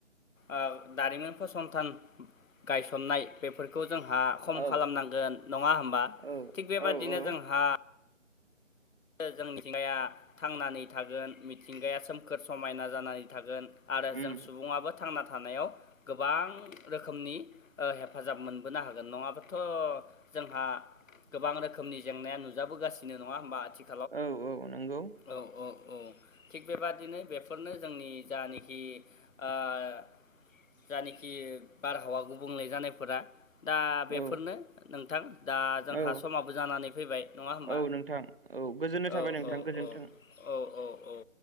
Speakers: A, on the left; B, on the right.
A: ओ दारिमिन फसंथान गायसननाय बेफोरखौ जोंहा खम
B: औ
A: खालामनांगोन नङा होमबा
B: औ
A: थिग बेबादिनो
B: औ औ
A: जोंहा जों मिथिंगाया थांनानै थागोन मिथिंगाया सोमखोर समायना जानानै थागोन। आरो
B: उम
A: जों सुबुाबो थांना थानायाव गोबां रोखोमनि। हेफाजाब मोनबोनो हागोन नङाबाथ' जोंहा गोबां रोखोमनि जेंनाया नुजाबोगासिनो नङा होमबा आथिखालाव।
B: औ औ नंगौ।
A: औ औ औ। थिग बेबादिनो बेफोरनो जोंनि जानेखि ओ जानेखि बारहावा गुबुंले जानायफोरा। दा
B: औ
A: बेफोरनो नोंथां दा जोंहा
B: औ
A: समाबो जानानै फैबाय नङा होमबा।
B: औ नोंथां औ गोजोननाय थाबाय
A: औ
B: नोंथां
A: औ
B: गोजोन्थों।
A: औ औ औ औ